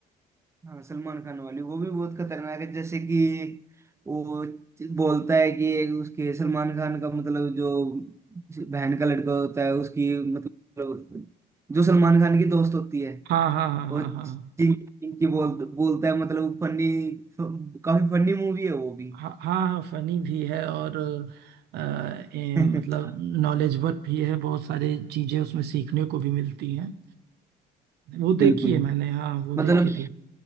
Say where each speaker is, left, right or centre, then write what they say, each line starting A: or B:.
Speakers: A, on the right; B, on the right.
A: हाँ सलमान खान वाली वो भी बहुत खतरनाक है जैसे कि वो बोलता है कि उसके सलमान खान का मतलब जो बहन का लड़का होता है उसकी मतलब जो सलमान खान की दोस्त होती है
B: हाँ हाँ हाँ हाँ
A: वो चिंकी
B: हाँ
A: चिंकी बोल बोलता है मतलब फनी काफी फनी मूवी है वो भी
B: हाँ हाँ हाँ फनी भी है और अ, ए,
A: <laughs>
B: मतलब नॉलेजेबल भी है बहुत सारी चीजें उसमें सीखने को भी मिलती हैं वो देखी
A: बिल्कुल
B: है मैंने हाँ वो देखी
A: मतलब
B: थी